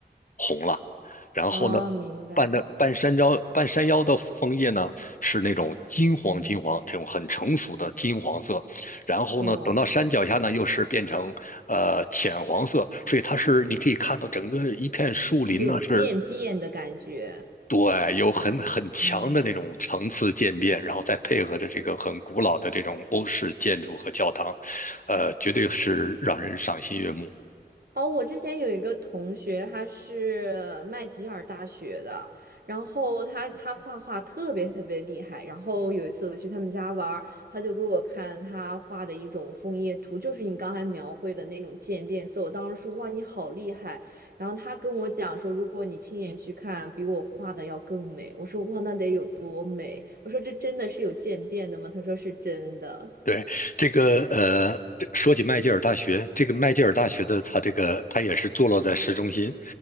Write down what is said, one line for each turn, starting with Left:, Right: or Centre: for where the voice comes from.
Left: 红了。然后呢，
Right: 啊，明白，
Left: 半的半山腰半山腰的枫叶呢，是那种金黄金黄，这种很成熟的金黄色。然后呢，
Right: 哇，
Left: 等到山脚下呢，又是变成呃浅黄色，所以它是你可以看到整个一片树林呢是
Right: 一种渐变的感觉。
Left: 对，有很很强的那种层次渐变，
Right: 嗯。
Left: 然后再配合着这个很古老的这种欧式建筑和教堂，呃，绝对是让人赏心悦目。
Right: 哦，我之前有一个同学，他是麦吉尔大学的，然后他他画画特别特别厉害。然后有一次我去他们家玩儿，他就给我看他画的一种枫叶图，就是你刚才描绘的那种渐变色。我当时说哇，你好厉害！然后他跟我讲说，如果你亲眼去看，比我画的要更美。我说哇，那得有多美？我说这真的是有渐变的吗？他说是真的。
Left: 对，这个呃，这说起麦吉尔大学，这个麦吉尔大学的它这个它也是坐落在市中心，